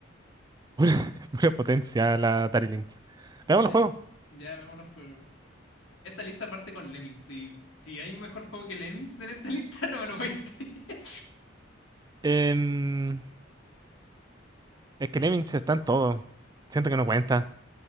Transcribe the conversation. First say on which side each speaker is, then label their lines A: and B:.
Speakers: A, on the right (about 20°); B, on the left (about 85°).
A: <laughs> Pura potencia la Atari Lynx. Veamos
B: Ya,
A: el juego.
B: en- ya vemos los juegos. Esta lista parte con Lemmings. Si, si hay un mejor juego que Lemmings en esta lista, <laughs> no me lo voy a creer.
A: Em, es que Lemmings está en todo. Siento que no cuenta.